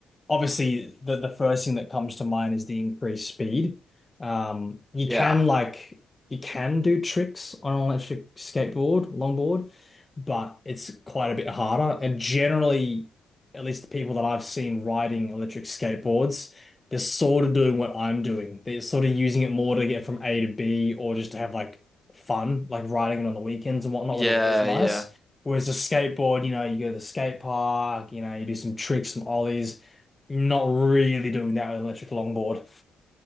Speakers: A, on the left (about 15°); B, in the centre.
A: obviously the the first thing that comes to mind is the increased speed. Um, you
B: Yeah,
A: can like you can do tricks on an electric skateboard, longboard, but it's quite a bit harder. And generally, at least the people that I've seen riding electric skateboards, they're sort of doing what I'm doing. They're sort of using it more to get from A to B or just to have like fun, like riding it on the weekends and whatnot
B: yeah,
A: when the weather's nice.
B: yeah.
A: Whereas the skateboard, you know, you go to the skate park, you know, you do some tricks, some ollies. Not really doing that with an electric longboard.